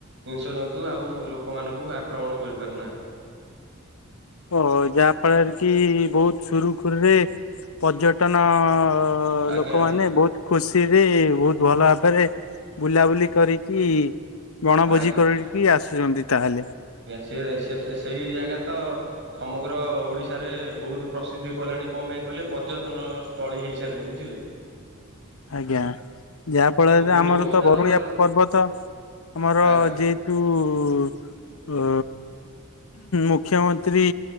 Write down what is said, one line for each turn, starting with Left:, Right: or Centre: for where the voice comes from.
Right: ହିସ୍ରଜନ୍ତୁ ଆଉ ଲୋକମାନଙ୍କୁ ଆକ୍ରମଣ କରିପାରୁନାହାନ୍ତି।
Left: ଓ ଯାହା ଫଳରେ କି ବହୁତ ସୁରୁଖୁରୁରେ ପର୍ଯ୍ୟଟନ ଅ
Right: ଆଜ୍ଞା
Left: ଲୋକମାନେ ବହୁତ ଖୁସିରେ ବହୁତ ଭଲ ଭାବରେ ବୁଲାବୁଲି କରିକି? ବଣଭୋଜି
Right: ଆଜ୍ଞା
Left: କରିକି ଆସୁଛନ୍ତି ତାହେଲେ।
Right: ସେଏ ସେଟ ସେଇ ଜାଗା ତ ସମଗ୍ର ଓଡ଼ିଶାରେ ବହୁତ ପ୍ରସିଦ୍ଧି କଲାଣି କଣ ପାଇଁ କହିଲେ ପର୍ଯ୍ୟଟନ ସ୍ଥଳୀ ହୋଇଇସାରିଲାଣି ବୁଝିଲେ ହ
Left: ଆଜ୍ଞା ଯାହା ଫଳରେ
Right: ଦିନକୁ
Left: ଆମର
Right: ହଜାର
Left: ତ ବରୁଳିଆ
Right: ହଜାର ଲୋକ
Left: ପର୍ବତ ଆମର
Right: ଆଜ୍ଞା
Left: ଯେ ତୁ ଅ ମୁଖ୍ୟମନ୍ତ୍ରୀ